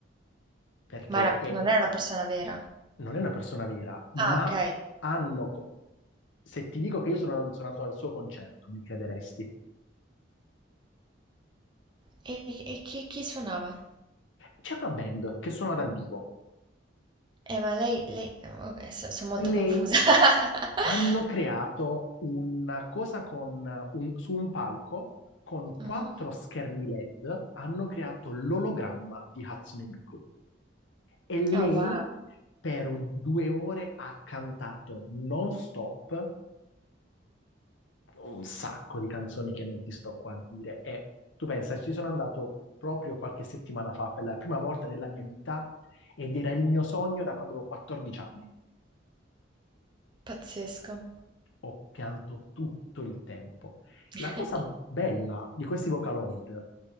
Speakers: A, on the left; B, on the right.
A: perché
B: Ma era
A: è-
B: non è una persona vera?
A: non è una persona vera, ma
B: Ah, okay.
A: hanno... co- Se ti dico che io sono, sono andato al suo concerto, mi crederesti?
B: E e chi chi suonava?
A: C'è una band che suona dal vivo.
B: Eh, ma lei lei o okay, so son molto
A: Lei
B: confusa. <laughs>
A: hanno creato una cosa con un- su un palco con quattro
B: Mh-mh.
A: schermi LED, hanno creato l'ologramma di Hatsune Miku. E lei
B: Oh, wow.
A: per un- due ore ha cantato non stop un sacco di canzoni che non ti sto qua a dire. E tu pensa, ci sono andato proprio qualche settimana fa per la prima volta nella mia vita ed era il mio sogno da quando avevo 14 anni.
B: Pazzesco.
A: ho pianto tutto il tempo.
B: <laughs>
A: La cosa bella di questi Vocaloid